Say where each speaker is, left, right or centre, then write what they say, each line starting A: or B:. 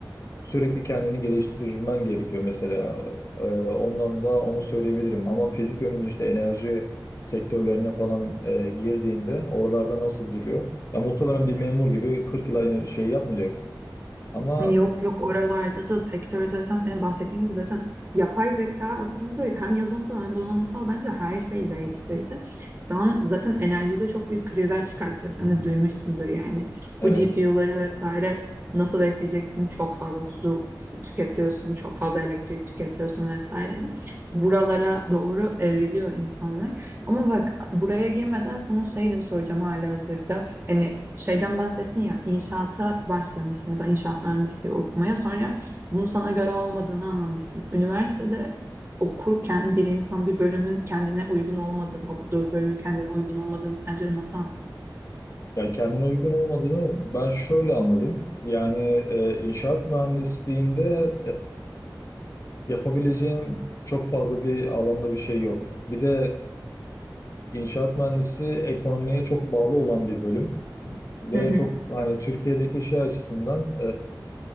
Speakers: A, on the left (about 40°); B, on the right (about 25°).
A: sürekli kendini geliştirmen gerekiyor mesela. E, ondan da onu söyleyebilirim. Ama fizik yönümün işte enerji sektörlerine falan e, girdiğinde oralarda nasıl duruyor? Ya muhtemelen bir memur gibi 40 yıl aynı şeyi yapmayacaksın. Ama
B: E, Yok yok oralarda da sektör zaten senin bahsettiğin gibi zaten yapay zeka aslında hem yazılımsal hem donanımsal bence her şeyi değiştirdi. Şu an zaten enerjide çok büyük krizler çıkartıyor. Sen de duymuşsundur yani.
A: evet
B: Bu GPU'ları vesaire nasıl besleyeceksin? Çok fazla su tüketiyorsun, çok fazla elektrik tüketiyorsun vesaire. Hani buralara doğru evriliyor insanlar. Ama bak buraya girmeden sana şey de soracağım halihazırda. Hani şeyden bahsettin ya inşaata başlamışsın mesela inşaat mühendisliği okumaya sonra bunun sana göre olmadığını anlamışsın. Üniversitede okurken bir insan bir bölümün kendine uygun olmadığını, okuduğu bölümün kendine uygun olmadığını sence nasıl anlar?
A: Ya kendine uygun olmadığını ben şöyle anladım. Yani e, inşaat mühendisliğinde e, yapabileceğim çok fazla bir alanda bir şey yok. Bir de e, inşaat mühendisi ekonomiye çok bağlı olan bir bölüm ve
B: Hı hı,
A: çok hani Türkiye'deki şey açısından